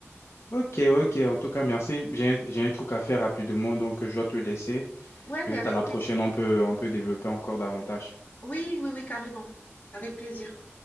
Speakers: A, on the left; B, on the left.
A: Ok, ok. En tout cas,
B: Mm.
A: merci. J'ai, un- j'ai un truc à faire rapidement, donc euh, je dois te laisser.
B: Ouais,
A: Peut-être
B: mais avec
A: à la
B: plaisir.
A: prochaine, on peut, on peut développer encore davantage.
B: Oui, oui, oui, carrément. Avec plaisir.